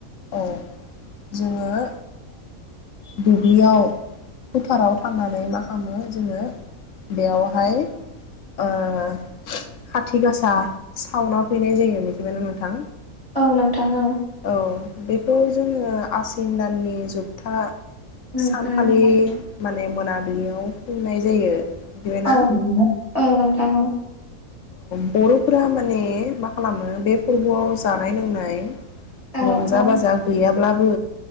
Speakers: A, on the left (about 65°); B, on the left (about 25°).
A: ओ जोंङो दुब्लियाव फोथाराव थांनानै मा खालामो जोंङो बेयावहाय ओ खाथि गासा सावना फैनाय जायो मिथिबायना नोंथां।
B: औ नोंथां औ।
A: औ बेखौ जोंङो आसिन दाननि जोबथा
B: उम
A: सानखालि
B: उम औ
A: मान मोनाबिलियाव खुंनाय जायो। मिथिबायना
B: औ औ नोंथांऔ।
A: बर'फोरा माने मा खालामो बे फोरबोआव जानाय लोंनाय।
B: औ औ
A: रंजा-बाजा
B: औ
A: गैयाब्लाबो